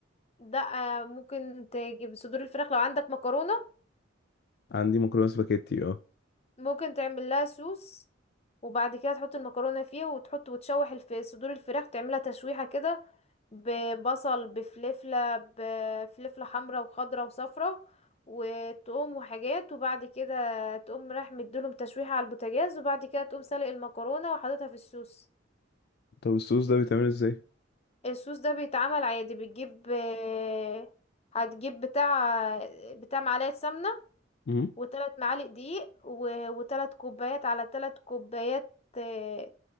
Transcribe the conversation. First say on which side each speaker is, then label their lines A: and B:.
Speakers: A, on the left (about 35°); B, on the left (about 55°).
A: ده آه، ممكن تجيب صدور الفراخ لو عندك مكرونة
B: عندي مكرونه سباكيتي اه
A: ممكن تعمل لها سوس وبعد كده تحط المكرونة فيه وتحط وتشوح الف... صدور الفراخ تعملها تشويحة كده ببصل بفلفلة بفلفلة حمرا وخضرا وصفرا وتقوم وحاجات وبعد كده تقوم رايح مديلهم تشويحة على البوتاجاز وبعد كده تقوم سلق المكرونة وحاططها في السوس
B: طب الصوص ده بيتعمل ازاي
A: الصوص ده بيتعمل عادي بتجيب آه، هتجيب بتاع بتاع معلقة سمنة
B: مم.
A: وتلات معالق دقيق و- وتلات كوبايات على تلات كوبايات آه،